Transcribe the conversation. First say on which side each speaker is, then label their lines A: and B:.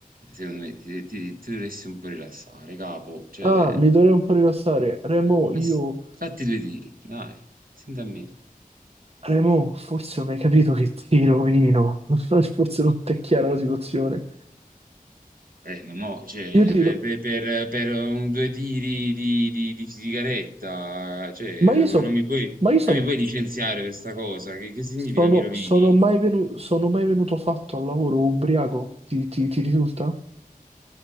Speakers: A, on the right (about 70°); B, on the right (about 45°).
A: secondo me ti, ti- ti dovresti un po' rilassare, capo. Cioè,
B: Ah, mi dovrei un po' rilassare. Remo,
A: ma
B: io...
A: s- fatti due tiri, dai, senti a me.
B: Remo, forse non hai capito che ti rovino. <laughs> Forse non ti è chiara la situazione.
A: Eh, ma no, cioè,
B: Io ti...
A: per,
B: ro-
A: per- per- per un due tiri di, di- di sigaretta, cioè,
B: Ma io
A: non
B: sono...
A: mi puoi,
B: Ma io son-
A: non mi puoi licenziare per sta cosa. Che, che significa
B: sono...
A: mi rovini?
B: Sono mai venuto... Sono mai venuto fatto al lavoro ubriaco? Ti, ti, ti risulta?